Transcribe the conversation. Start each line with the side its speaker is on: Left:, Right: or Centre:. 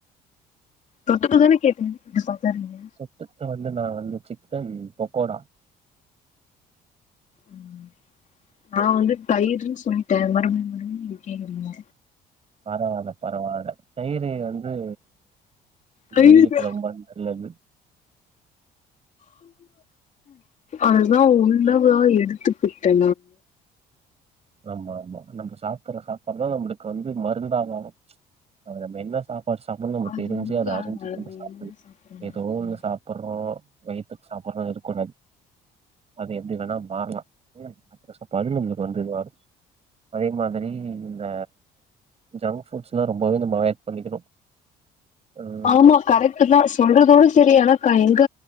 Left: தொட்டுக்க தானே கேட்டே எப்டி சாப்புடிறீங்க
Right: தொட்டுக்க வந்து நா வந்து சிக்கன் பக்கோடா
Left: ம் நா வந்து தயிர்ன்னு சொல்லிட்டே மறுபுடி மறுபடி கேக்றிங்க
Right: பரவால்ல பரவால்ல தயிரு வந்து
Left: தயிரு
Right: வெயிலுக்கு ரொம்ப நல்லது
Left: அதுதா உள்ளவா எடுத்துப்புட்டு
Right: ஆமா ஆமா நம்ம சாப்புற சாப்பாடு தா நம்மளுக்கு வந்து மருந்து ஆதாரே நம்ப மெல்ல சாப்பாடு சாப் மொத்த நம்ம
Left: அது
Right: தெரிஞ்சு
Left: வந்து
Right: அத அறிஞ்சு
Left: ஆ என்ன
Right: நம்ம சாப்புணு
Left: சாப்டுறது
Right: ஏதோ ஒன்னு சாப்புட்றே வயித்துக்கு சாப்டறு இருக் கூடாது அது எப்டி வேணா மாறலா ம் ஃபர்ஸ்ட் பகலுல நம்மளுக்கு வந்து வரு அதே மாதிரி இந்த ஜங்க் ஃபுட்ஸ்ல்லா ரொம்பவே நம்ம ஆவாயிட் பண்ணிக்கணு ம்
Left: ஆமா கரெக்ட் தா சொல்றதோட சேரி ஆனா இங்க எங்க